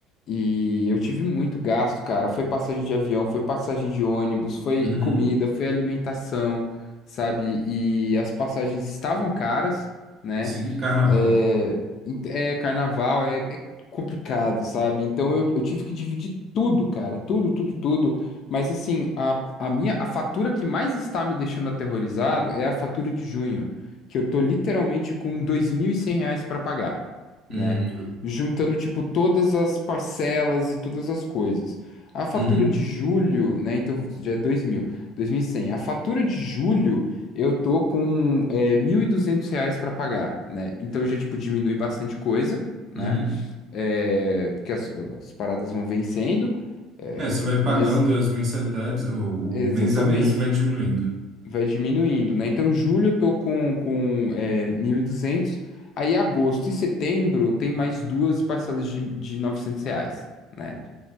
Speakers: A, on the left; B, on the right.
A: e eu tive muito gasto, cara. Foi passagem de avião, foi passagem de ônibus, foi
B: uhum.
A: comida, foi alimentação, sabe? E as passagens estavam caras, né?
B: Sim, carnaval.
A: É, é carnaval, é, é complicado, sabe? Então eu, eu tive que dividir tudo, cara, tudo, tudo, tudo. Mas assim, a, a minha, a fatura que mais está me deixando aterrorizado é a fatura de junho, que eu tô literalmente com 2.100 reais para pagar,
B: Hum,
A: né? Juntando, tipo, todas as parcelas e todas as coisas. A fatura
B: uhum,
A: de julho, né? Então já é dois dois mil, dois mil e cem. A fatura de julho eu tô com é 1.200 reais para pagar, né? Então já, tipo, diminui bastante coisa,
B: uhum.
A: né? É, porque as, as paradas vão vencendo, é,
B: É, você vai
A: e-
B: pagando
A: mas
B: as mensalidades, o,
A: exatamente,
B: o mês a mês e vai diminuindo.
A: vai diminuindo, né? Então julho eu tô com, com é, 1.200, aí agosto e setembro tem mais duas parcelas de, de 900 reais. Né?